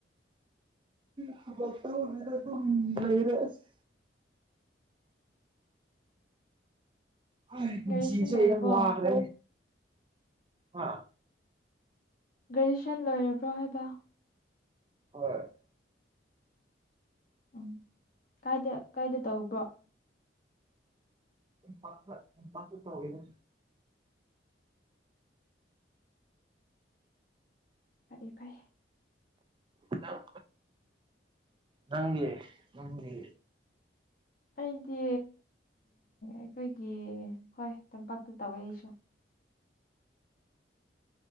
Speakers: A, on the right; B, on the left.
A: ꯊꯕꯛ ꯊꯧꯗ꯭ꯔꯦꯗ ꯑꯗꯨꯝ ꯂꯩꯔꯦ ꯑꯁ ꯍꯣꯏ ꯄꯨꯟꯁꯤꯁꯦ
B: ꯒ꯭ꯔꯦꯖꯨꯑꯦꯁꯟ ꯂꯣꯏꯔꯕꯣ
A: ꯌꯥꯝ ꯋꯥꯈ꯭ꯔꯦ ꯍꯥ
B: ꯒ꯭ꯔꯦꯖꯨ꯭ꯌꯦꯁꯟ ꯂꯣꯢꯔꯕ꯭ꯔꯣ ꯍꯥꯏꯕ
A: ꯍꯣꯏ
B: ꯎꯝ ꯀꯥꯏꯗ ꯀꯥꯏꯗ ꯇꯧꯕ꯭ꯔꯣ
A: ꯄꯥꯛ ꯄꯠ ꯄꯥꯛꯇ ꯇꯧꯋꯦꯗ
B: ꯄꯥꯛꯑꯦ ꯄꯥꯛꯑꯦ
A: ꯅꯪ ꯅꯪꯗꯤ ꯅꯪꯗꯤ
B: ꯑꯩꯗꯤ ꯑꯈꯣꯏꯒꯤ ꯍꯣꯏ ꯇꯝꯄꯥꯛꯇ ꯇꯧꯋꯦ ꯑꯩꯁꯨ